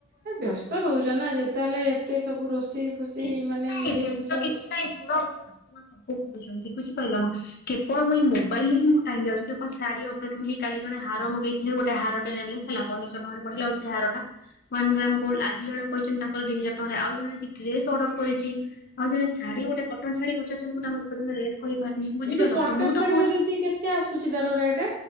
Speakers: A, on the right (about 45°); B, on the left (about 45°).
A: ଏ ବ୍ୟସ୍ତ ରହୁଛ ନା ଯେତେ ହେଲେ ଏତେ ସବୁ ରୋଷେଇ। ଫୋଷେଇ
B: କିଛି
A: ମାନେ
B: ନାହିଁ
A: ଇଏ
B: ବ୍ୟସ୍ତ
A: ଜିନିଷ
B: କିଛି ନାଇଁ ଶୁଣ ମୋ ଶାଶୁ ମା ସବୁ କରୁଛନ୍ତି ବୁଝିପାରିଲ ନା। କେବଳ ମୁଁ ଏଇ ମୋବାଇଲ ହିଁ ଯାଉ ଶାଢୀ ଅପେଟଇ କାଲି ଜଣେ ହାର ମଗେଇଥିଲେ ଗୋଟେ ହାରଟେ ନେଲେ ହେ ପନ୍ଦରଶହ ଟଙ୍କାରେ ପଢିଲାଉ ସେ ହାର ଟା। ୱନ୍ ଗ୍ରାମ ଗୋଲଡ ଆଜି ଜଣ କହିଛନ୍ତି। ଦି ହଜାର ଟଙ୍କାରେ ଆଉ ଜଣେ ଆଜି ଡ୍ରେସ ଓଡ଼ର କରିଛି ଆଉ ଜଣେ ଶାଢୀ ଗୋଟେ କଟନ୍ ଶାଢୀ ପାରୁଛନ୍ତି ମୁଁ ତାଙ୍କୁ ଏ ପର୍ଯ୍ୟନ୍ତ ରେଟ୍ କହିପାରନି ବୁଝିପାରିଲ
A: ଏଇ ଯୋଉ କଟନ
B: ତମକୁ ତ
A: ଶାଢୀର
B: କହୁଛି
A: ଦିଦି କେତେ ଆସୁଛି ତାର ରେଟ୍?